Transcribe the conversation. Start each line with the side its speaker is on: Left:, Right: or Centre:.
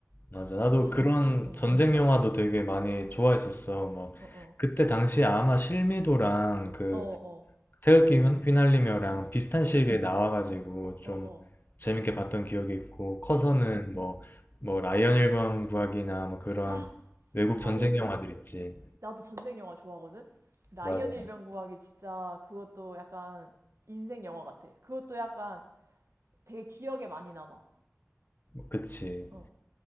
Left: 맞아. 나도
Right: 넌,
Left: 그런
Right: 어,
Left: 전쟁 영화도 되게 많이 좋아했었어. 뭐,
Right: 어, 어,
Left: 그때 당시에 아마 실미도랑 그
Right: 어, 어,
Left: 태극기 휘- 휘날리며랑 비슷한
Right: 어,
Left: 시기에 나와가지고
Right: 어,
Left: 좀
Right: 어,
Left: 재밌게 봤던 기억이 있고, 커서는
Right: 어.
Left: 뭐, 뭐, 라이언 1번 구하기나 뭐 그런
Right: 아,
Left: 외국
Right: 라이언
Left: 전쟁
Right: 일병구하기.
Left: 영화들 있지.
Right: 나도 전쟁 영화 좋아하거든? 라이언
Left: 맞아.
Right: 일병구하기 진짜 그것도 약간 인생 영화 같아. 그것도 약간 되게 기억에 많이 남아.
Left: 그치.
Right: 어,